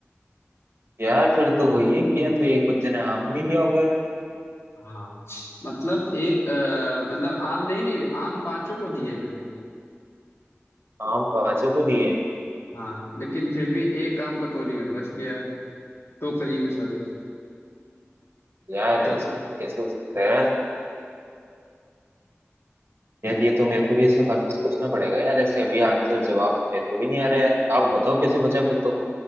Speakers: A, on the right; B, on the left.
A: यार फिर तो वही है कि या तो एक बच्चे ने आम नहीं लिया होगा यार
B: हाँ मतलब एक अ, मतलब आम नहीं नहीं आम पांचों को दिए गए हैं
A: आम पांचों को दिए हैं
B: हाँ लेकिन फिर भी एक आम कटोरी में बच गया है टोकरी में सॉरी
A: यार
B: बताओ
A: ऐसे
B: क्या
A: तो कैसे हो सकता है यार यार ये तो मेरे को भी ऐसे काफी सोचना पड़ेगा यार ऐसे अभी आंसर जवाब तो मेरे को भी नहीं आ रहा यार आप बताओ कैसे बचा फिर तो